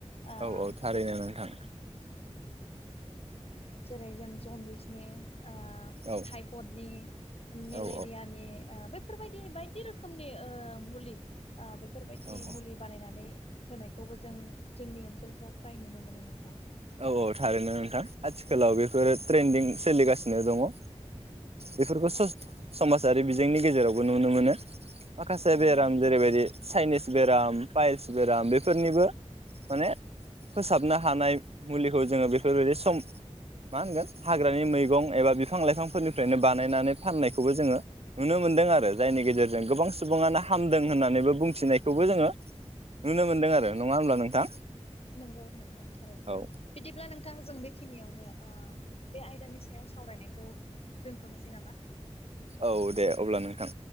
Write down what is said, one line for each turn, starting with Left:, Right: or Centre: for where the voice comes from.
Left: ओ
Right: औ औ थारैनो नोंथां।
Left: जेरै जों जनदिसनि ओ
Right: औ
Left: थटाइफडनि मेलेरियानि
Right: औ
Left: ओ बेफोरबायदि बायदि रोखोमनि ओ मुलि ओ बेफोरबायदि
Right: औ
Left: मुलि बानायनानै होनायखौबो जों जोंनि ओनसोलफ्राव फ्राय नुनो मोनो नोंथां।
Right: औ औ थारैनो नोंथां आथिखालाव बेफोरो ट्रेन्दिं सोलिगासिनो दङ जोङो बेफोरखौ सम-समाजारि बिजोंनि गेजेरावबो नुनो मोनो। माखासे
Left: थारैनो
Right: बेराम
Left: नोंथां
Right: जेरैबायदि चाइनिस बेराम पाइलस बेराम बेफोरनिबो माने फोसाबनो हानाय मुलिखौ जोङो बेफोरबायदि सम मा होनगोन हाग्रानि मैगं एबा बिफां-लाइफांफोरनिफ्रायनो बानायनानै फाननायखौबो जोङो नुनो मोनदों आरो जायनि गेजेरजों गोबां सुबुङानो हामदों होननानैबो बुंथिनायखौबो जोङो नुनो मोनदों आरो नङा होमब्ला नोंथां?
Left: नोगौ नोंथां। थारनो
Right: औ
Left: बिदिब्ला नोंथां जों बे खिनियावनो ओ बे आयदानि सायाव सावरायनायखौ दोनथनोसै नामा?
Right: औ दे अब्ला नोंथां।